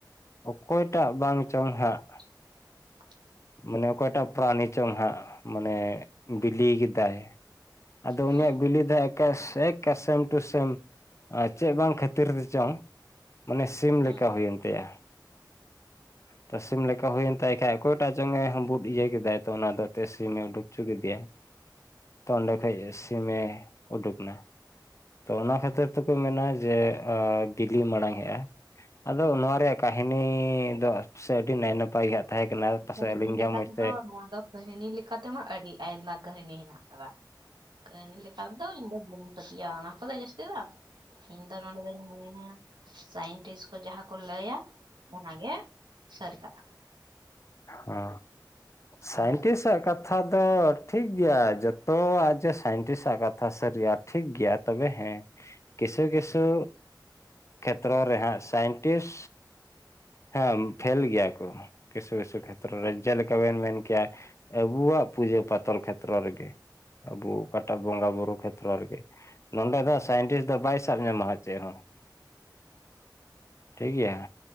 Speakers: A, on the left; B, on the right.
A: ᱚᱠᱚᱭᱴᱟᱜ ᱵᱟᱝ ᱪᱚᱝ ᱦᱟᱸᱜ,
B: <unintelligible>
A: ᱢᱟᱱᱮ ᱚᱠᱚᱭᱴᱟᱜ ᱯᱨᱟᱱᱤ ᱪᱚᱝ ᱦᱟᱸᱜ ᱢᱟᱱᱮ ᱵᱤᱞᱤᱭ ᱠᱮᱫᱟᱭ, ᱟᱫᱚ
B: ᱦᱮᱸ
A: ᱩᱱᱤᱭᱟᱜ ᱵᱤᱞᱤ ᱫᱚ ᱮᱠᱟ ᱥᱮ ᱥᱮᱢ ᱴᱩ ᱥᱮᱢ᱾ ᱟᱨ ᱪᱮᱫ ᱵᱟᱝ ᱠᱷᱟᱹᱛᱤᱨ ᱪᱚᱝ ᱢᱟᱱᱮ ᱥᱤᱢ
B: ᱦᱮᱸ
A: ᱞᱮᱠᱟ ᱦᱩᱭᱮᱱ ᱛᱟᱭᱟ᱾ ᱛᱚ ᱥᱤᱢ ᱞᱮᱠᱟ ᱦᱩᱭᱮᱱ ᱛᱟᱭ ᱮ ᱠᱷᱟᱡ ᱠᱚ ᱚᱴᱟᱜ ᱪᱚᱝᱮ ᱦᱟᱸᱵᱩ ᱤᱭᱟᱹ ᱠᱮᱫᱟᱭ ᱛᱚ ᱚᱱᱟ ᱫᱚ ᱥᱤᱢ ᱮ ᱩᱰᱩᱠ ᱦᱚᱪᱚ ᱠᱮᱫᱮᱟᱭ᱾ ᱛᱚ ᱚᱸᱰᱮ ᱠᱷᱚᱡ ᱥᱤᱢᱮ ᱩᱰᱩᱠ ᱮᱱᱟ᱾ ᱛᱚ ᱚᱱᱟ ᱠᱷᱟᱹᱛᱤᱨ ᱛᱮᱠᱚ ᱢᱮᱱᱟ ᱡᱮ ᱵᱤᱞᱤ ᱢᱟᱲᱟᱝ ᱦᱮᱡᱼᱟ᱾ ᱟᱫᱚ ᱱᱚᱣᱟ ᱨᱮᱭᱟᱜ ᱠᱟᱹᱦᱤᱱᱤ ᱫᱚ ᱥᱮ ᱟᱹᱰᱤ ᱱᱟᱭ ᱱᱟᱯᱟᱭ ᱜᱮ ᱦᱟᱸᱜ ᱛᱟᱦᱮᱸ ᱠᱟᱱᱟ᱾ ᱯᱟᱥᱮᱡ
B: ᱠᱟᱹᱦᱤᱱᱤ
A: ᱟᱹᱞᱤᱧ ᱜᱮ
B: ᱞᱮᱠᱟ
A: ᱦᱟᱸᱜ ᱢᱚᱡᱽ
B: ᱛᱮᱫᱚ
A: ᱛᱮ
B: ᱱᱚᱣᱟ ᱫᱚ, ᱠᱟᱦᱟᱱᱤ ᱞᱮᱠᱟ ᱛᱮᱢᱟ ᱟᱹᱰᱤ ᱟᱭᱫᱟ ᱠᱟᱹᱦᱱᱤ ᱦᱮᱱᱟᱜ ᱟᱠᱟᱫᱟ ᱠᱟᱹᱦᱱᱤ ᱞᱮᱠᱟ ᱛᱮᱫᱚ ᱤᱧ ᱫᱚ ᱵᱟᱹᱧ ᱯᱟᱹᱛᱭᱟᱹᱜ-ᱟ ᱚᱱᱟ ᱠᱚᱫᱚ ᱡᱟᱥᱛᱤ ᱫᱚ ᱤᱧ ᱫᱚ ᱱᱚᱰᱮ ᱫᱚᱧ ᱢᱚᱱᱮᱭᱟ ᱥᱟᱭᱮᱱᱴᱤᱥᱴ ᱠᱚ ᱡᱟᱦᱟᱸ-ᱼ ᱠᱚ ᱞᱟᱹᱭᱟ ᱚᱱᱟᱜᱮ ᱥᱟᱹᱨᱤ ᱠᱟᱛᱷᱟ ᱠᱟᱱᱟ᱾
A: ᱦᱟ, ᱥᱟᱭᱮᱱᱴᱤᱥᱴ
B: ᱦᱳᱭ
A: ᱟᱜ ᱠᱟᱛᱷᱟ ᱠᱟᱛᱷᱟ ᱫᱚ ᱴᱷᱤᱠ ᱜᱮᱭᱟ ᱡᱚᱛᱚᱣᱟᱜ ᱡᱮ ᱥᱟᱭᱮᱱᱴᱤᱥᱴ ᱟᱜ ᱠᱟᱛᱷᱟ ᱥᱟᱨᱤᱜ-ᱟ ᱾ ᱴᱷᱤᱠ ᱜᱮᱭᱟ ᱛᱚᱵᱮ ᱦᱮᱸ ᱠᱤᱪᱷᱩ ᱠᱤᱪᱷᱩ ᱠᱷᱮᱛᱨᱚ ᱨᱮᱦᱟᱸᱜ ᱥᱟᱭᱮᱱ ᱴᱮᱥ, ᱦᱮᱸ ᱯᱷᱮᱞ ᱜᱮᱭᱟ ᱠᱚ᱾ ᱠᱤᱪᱷᱩᱼ ᱠᱤᱪᱷᱩ ᱠᱷᱮᱛᱨᱚ ᱨᱮ ᱡᱮᱞᱮᱠᱟᱵᱮᱱ ᱢᱮᱱ ᱠᱮᱫᱟ ᱟᱵᱚᱣᱟᱜ ᱯᱩᱡᱟᱹ ᱯᱟᱛᱚᱞ ᱠᱷᱮᱛᱨᱚ ᱨᱮᱜᱮ᱾ ᱟᱵᱚ ᱚᱠᱟᱴᱟᱜ ᱵᱚᱸᱜᱟ ᱵᱩᱨᱩ ᱠᱷᱮᱛᱨᱚ ᱨᱮᱜᱮ᱾ ᱱᱚᱸᱰᱮ ᱫᱚ ᱥᱟᱭᱮᱱᱴᱤᱥᱴ ᱫᱚ ᱵᱟᱭ ᱥᱟᱵ ᱧᱟᱢᱚᱟ ᱪᱮ ᱦᱚᱸ᱾ ᱴᱷᱤᱠ ᱜᱮᱭᱟ᱾